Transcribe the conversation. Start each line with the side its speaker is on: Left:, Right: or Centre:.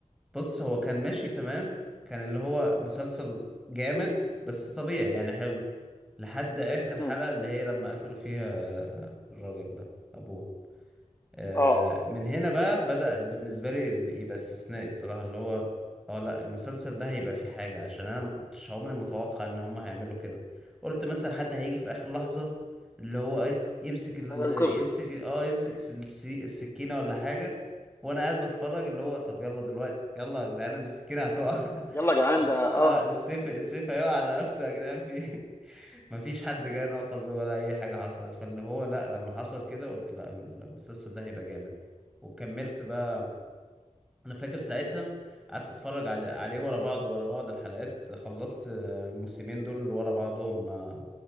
Centre: بص هو كان ماشي تمام كان اللي هو مسلسل جامد بس طبيعي يعني حلو لحد آخر
Left: مم.
Centre: حلقة اللي هي لما قتلوا فيها الراجل ده أبوه آه،
Left: اه
Centre: من هنا بقى بدأ بالنسبة لي ال- يبقى استثنائي الصراحة اللي هو اه لا المسلسل ده هيبقى فيه حاجة عشان انا ما كنتش عمري متوقع ان هما هيعملوا كده قلت مثلا حد هيجي في اخر لحظة اللي هو ايه يمسك ال...
Left: انا انقذه
Centre: يمسك اه يمسك الس- الس- السكينة ولا حاجة وانا قاعد بتفرج اللي هو طب يلا دلوقتي يلا يا جدعان السكينة هتقع
Left: يلا
Centre: <laughs>
Left: يا جدعان ده
Centre: اه
Left: اه
Centre: السيف السيف هيقع على رقبته يا جدعان في ايه مفيش حد جه ناقص ده ولا اي حاجه حصل فاللي هو لا لما حصل كده قلت لا المسلسل ده هيبقى جامد وكملت بقى انا فاكر ساعتها قعدت اتفرج علي- عليه ورا بعض ورا بعض الحلقات خلصت الموسمين دول ورا بعضهم آه،